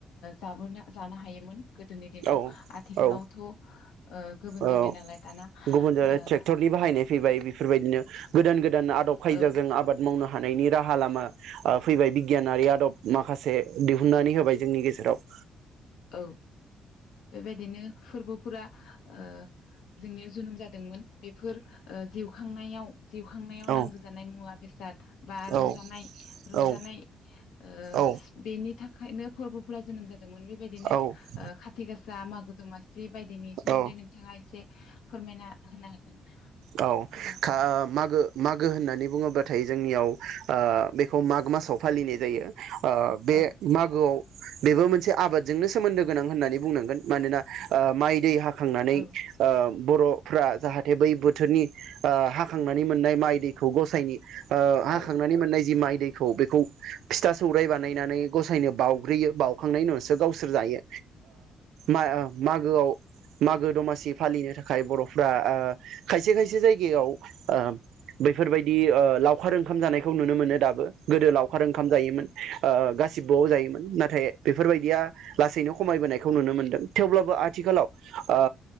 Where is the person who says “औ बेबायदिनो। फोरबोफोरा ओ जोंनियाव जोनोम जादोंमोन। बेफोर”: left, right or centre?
Left